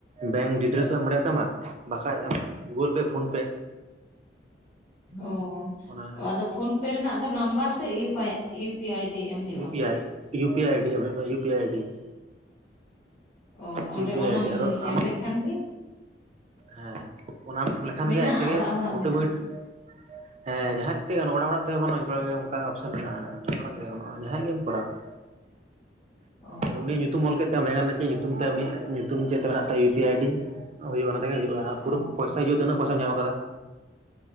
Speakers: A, on the right (about 40°); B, on the left (about 25°).
A: ᱵᱮᱝᱠ ᱰᱤᱴᱮᱞᱥ ᱮᱢ ᱵᱟᱲᱟᱭᱛᱟᱢᱟ ᱾ ᱵᱟᱠᱷᱟᱡ ᱟᱢᱟᱜ ᱜᱩᱜᱳᱞ ᱯᱮ, ᱯᱷᱳᱱ ᱯᱮ ᱾
B: ᱚ
A: ᱚᱱᱟ
B: ᱟᱫᱚ ᱯᱷᱳᱱ ᱯᱮ ᱨᱮᱱᱟᱜ ᱫᱚ ᱱᱟᱢᱵᱟᱨ ᱥᱮ U pay U U P I D ᱮᱢ ᱦᱩᱭᱩᱜᱼᱟ?
A: ᱤᱭᱩ P I U P ID ᱚᱱᱟᱫᱚ ᱤᱭᱩ ᱯᱤ ᱟᱭᱰᱤ ᱾
B: ᱚ ᱚᱸᱰᱮ
A: ᱤᱭᱩ ᱯᱤ
B: ᱚᱱᱟᱢ
A: ᱟᱭ ᱟᱭᱰᱤ ᱟᱫᱚ ᱟᱢᱟᱜ
B: ᱮᱢ ᱞᱮᱠᱷᱟᱱ ᱜᱮᱼᱺ
A: ᱦᱮᱸ, ᱚᱱᱟᱢ ᱮᱢ ᱞᱮᱠᱷᱟᱱ
B: ᱢᱮᱱᱟᱜᱼᱟ
A: ᱜᱮ ᱟᱡ ᱛᱮᱜᱮ
B: ᱚᱲᱟᱜ ᱦᱚᱲᱟᱜ
A: ᱚᱴᱳᱢᱮᱴᱼᱼ
B: ᱢᱮᱱᱟᱜᱼᱟ
A: ᱦᱮᱸ ᱡᱟᱦᱟᱸᱭᱟᱜ ᱛᱮᱜᱮ ᱜᱟᱱᱚᱜ ᱚᱲᱟᱜ ᱦᱚᱲᱟᱜ ᱛᱮᱦᱚᱸ ᱵᱟᱹᱱᱩᱜᱼᱟ ᱡᱚᱛᱚᱣᱟᱜ ᱜᱮ ᱚᱱᱠᱟ ᱚᱯᱥᱮᱱ ᱢᱮᱱᱟᱜᱼᱟ, ᱡᱚᱛᱚ ᱦᱚᱲᱟᱜ ᱜᱮ ᱡᱟᱦᱟᱸᱭ ᱜᱮᱢ ᱠᱚᱨᱟᱣᱟ ᱾
B: ᱚ ᱾
A: ᱟᱫᱚ ᱩᱱᱤᱭᱟᱜ ᱧᱩᱛᱩᱢ ᱚᱞ ᱠᱮᱫ ᱛᱟᱭ ᱵᱮᱸᱜᱟᱱ ᱨᱮᱱᱟᱜ ᱪᱮᱫ ᱧᱩᱛᱩᱢ ᱛᱟᱭ ᱩᱱᱤᱭᱟᱜ ᱧᱩᱛᱩᱢ ᱪᱮᱫ ᱛᱮ ᱢᱮᱱᱟᱜ ᱛᱟᱭ ᱤᱭᱩ ᱯᱤ ᱟᱭᱰᱤᱼᱼ ᱦᱩᱭᱩᱜᱼᱟ ᱱᱚᱰᱮ ᱜᱮ ᱦᱤᱡᱩᱜᱼᱟ
B: ᱚ
A: ᱯᱩᱨᱟᱹ ᱯᱚᱭᱥᱟ ᱦᱤᱡᱩᱜᱼᱟ ᱛᱤᱱᱟᱹᱜ ᱯᱚᱭᱥᱟᱢ ᱧᱟᱢ ᱟᱠᱟᱫᱟ ᱾